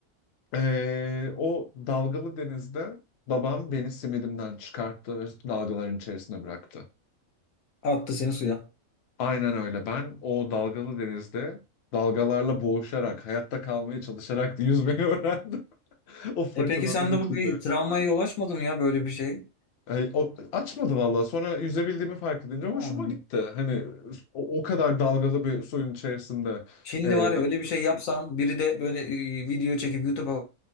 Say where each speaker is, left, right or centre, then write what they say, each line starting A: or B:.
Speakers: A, on the left (about 60°); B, on the left (about 80°).
A: e, o dalgalı denizde babam beni simidimden çıkarttı ve dalgaların içerisine bıraktı.
B: <laughs> Attı seni suya.
A: Aynen öyle. Ben o dalgalı denizde dalgalarla boğuşarak, hayatta kalmaya çalışarak yüzmeyi öğrendim. <laughs> O fırtınanın
B: E peki sen de
A: içinde.
B: bu bir travmaya yol açmadı mı ya böyle bir şey?
A: E, o- açmadı vallahi. Sonra yüzebildiğimi fark edince
B: Ha.
A: hoşuma gitti. Hani o, o kadar dalgalı bir suyun içerisinde.
B: Şimdi
A: E,
B: var ya öyle bir şey yapsan biri de böyle e, video çekip YouTube'a